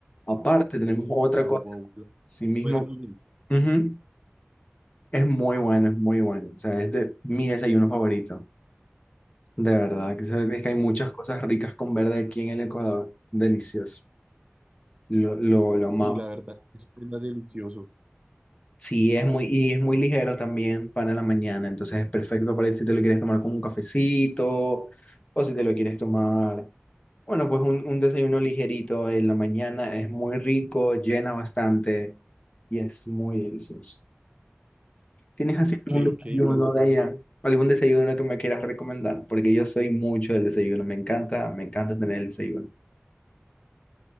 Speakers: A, on the left; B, on the right.
A: Aparte, tenemos otra
B: Wow,
A: cosa.
B: wow,
A: Sí mismo.
B: bueno, muy bien.
A: Ujú. Es muy bueno, es muy bueno. O sea, es de mi desayuno favorito. De verdad. que se- Es que hay muchas cosas ricas con verde aquí en el Ecuador. Delicioso. Lo, lo, lo amamos.
B: Sí, la verdad, es delicioso.
A: Sí, es muy, y es muy ligero también para la mañana. Entonces es perfecto para si te lo quieres tomar con un cafecito o si te lo quieres tomar Bueno, pues un, un desayuno ligerito en la mañana es muy rico, llena bastante y es muy delicioso. ¿Tienes
B: Ok,
A: así algún desayuno
B: ok, pues
A: de allá? ¿Algún desayuno que me quieras recomendar? Porque yo soy mucho del desayuno, me encanta, me encanta tener el desayuno.